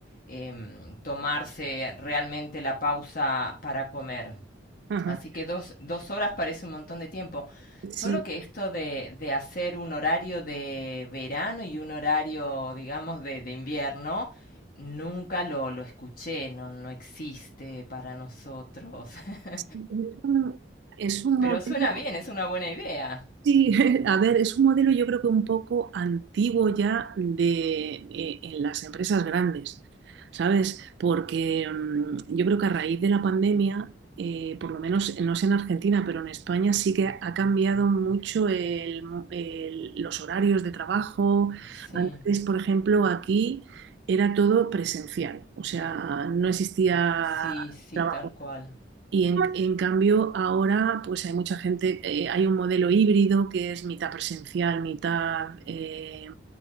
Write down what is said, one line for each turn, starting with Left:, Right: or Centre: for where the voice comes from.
Left: eh, tomarse realmente la pausa para comer.
Right: <laughs> Ajá.
Left: Así que dos, dos horas parece un montón de tiempo.
Right: Sí,
Left: Solo que esto de, de hacer un horario de verano y un horario, digamos, de, de invierno, nunca lo, lo escuché, no, no existe para nosotros. <laughs>
Right: es un, es un
Left: Pero
Right: modelo,
Left: suena bien, es una buena idea.
Right: Sí, <laughs> a ver, es un modelo yo creo que un poco antiguo ya de, eh, en las empresas grandes, ¿sabes? Porque mm, yo creo que a raíz de la pandemia, eh, por lo menos no sé en Argentina, pero en España sí que ha cambiado mucho el mo- el- los horarios de trabajo.
Left: Sí,
Right: Antes, por ejemplo, aquí era todo presencial, o sea, no existía...
Left: sí, sí,
Right: trabajo.
Left: tal cual.
Right: Y en, en cambio ahora pues hay mucha gente, eh, hay un modelo híbrido que es mitad presencial, mitad eh,